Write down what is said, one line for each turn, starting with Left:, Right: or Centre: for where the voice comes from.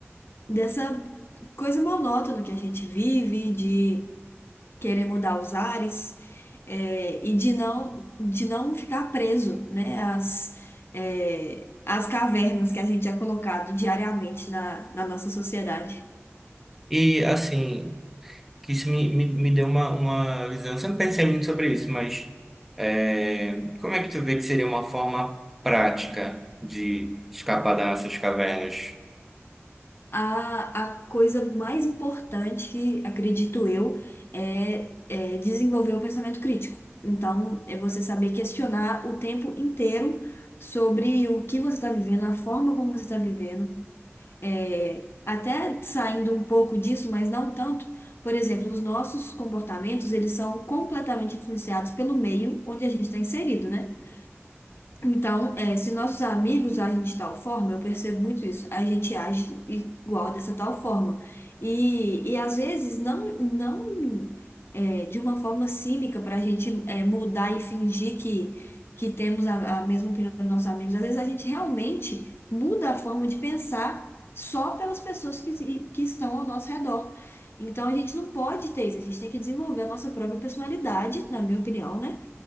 Left: dessa coisa monótona que a gente vive, querer mudar os ares é, e de não, de não ficar preso, né, às, é, às cavernas que a gente é colocado diariamente na, na nossa sociedade.
Centre: E, assim, que isso me, me, me deu uma, uma visão. Eu sempre pensei muito sobre isso, mas é, como é que tu vê que seria uma forma prática de escapar das nossas cavernas?
Left: A, a coisa mais importante, que acredito eu, é, é desenvolver o pensamento crítico. Então, é você saber questionar o tempo inteiro sobre o que você está vivendo, a forma como você está vivendo. É, até saindo um pouco disso, mas não tanto, por exemplo, os nossos comportamentos, eles são completamente influenciados pelo meio onde a gente está inserido, né? Então, eh, se nossos amigos agem de tal forma, eu percebo muito isso, a gente age igual dessa tal forma. E, e às vezes não, não eh, de uma forma cínica para a gente eh, mudar e fingir que, que temos a, a mesma opinião dos nossos amigos. Às vezes a gente realmente muda a forma de pensar só pelas pessoas que, que estão ao nosso redor. Então a gente não pode ter isso, a gente tem que desenvolver a nossa própria personalidade, na minha opinião, né?